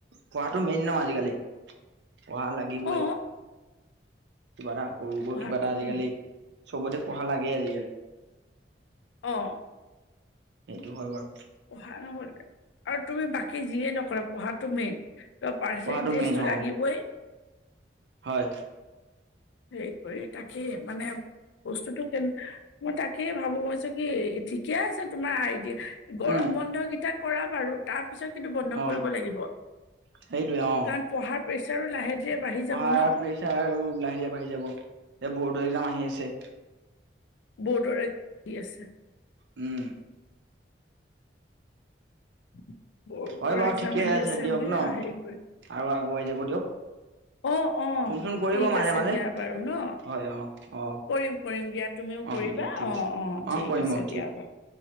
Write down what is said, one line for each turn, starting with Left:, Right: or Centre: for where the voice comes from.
Right: পঢ়াটো মেইন ন আজিকালি। পঢ়া লাগিবই।
Left: অ
Right: কিবা এটা সৰুকৈ
Left: পঢ়াটো
Right: কিবা এটা আজিকালি
Left: মেইন
Right: চবতে পঢ়া লাগে আজিকালি।
Left: অ'।
Right: সেইটো হয় বাৰু।
Left: পঢ়া নহ'লে আৰু তুমি বাকী যিয়ে নকৰা পঢ়াটো মেইন। তোমাৰ পাৰ্চেণ্টেজটো
Right: পঢ়াটো মেইন
Left: লাগিবই।
Right: অ হয়।
Left: হেৰি কৰি তাকে মানে বস্তুতটো কে মই তাকেই ভাবো মইছো কি ঠিকে আছে তোমাৰ আইডিয়া। গৰম
Right: উম
Left: বন্ধ কেইটা কৰা বাৰু তাত। পিছত কিন্তু বন্ধ
Right: অ
Left: কৰিব লাগিব
Right: সেইটোৱে অ
Left: কাৰণ পঢ়াৰ প্ৰেচাৰো লাহে। ধীৰে বাঢ়ি
Right: পঢ়াৰ
Left: যাব ন
Right: প্ৰেচাৰ লাহে লাহে বাঢ়ি যাব এ বৰ্ডৰ একজাম আহি আছে।
Left: বৰ্ডৰ এক দি আছে।
Right: উম।
Left: <inaudible> বৰ্ডৰ
Right: হয় বাৰু
Left: একজাম
Right: ঠিকে
Left: আহি আছে
Right: দিয়ক
Left: সেই
Right: ন
Left: হেৰি কৰি।
Right: আৰু আগুৱাই যাব দিয়ক
Left: অ' অ'
Right: ফোন চোন কৰিব
Left: ঠিক
Right: মাজে
Left: আছে
Right: মাজে
Left: দিয়া বাৰু ন
Right: হয় অ অ
Left: কৰিম কৰিম দিয়া। তুমিও
Right: অ
Left: কৰিবা
Right: দিয়ক ঠিক
Left: অ'
Right: আছে
Left: অ' ঠিক
Right: কৰিম
Left: আছে
Right: অ
Left: দিয়া বাৰু।